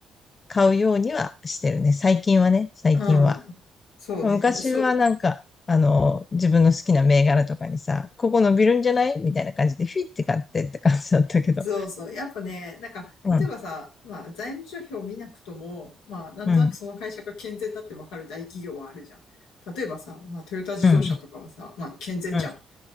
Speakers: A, on the left (about 40°); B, on the left (about 75°).
A: 買うようにはしてるね。最近はね、最近は。
B: うん。そうね。
A: 昔はなんか、
B: そう。
A: あの、自分の好きな銘柄とかにさ、ここ伸びるんじゃないみたいな感じで、フィって買ってって感じだったけど。
B: そうそう。やっぱね、なんか、
A: うん、
B: 例えばさ、まあ、財務諸表を見なくとも、まあ、なんとなくその会社が健全だってわかる大企業はあるじゃん。
A: うん、
B: 例えばさ、まあ、トヨタ自動車とかはさ、
A: うん、
B: まあ、健全じゃん。
A: うん、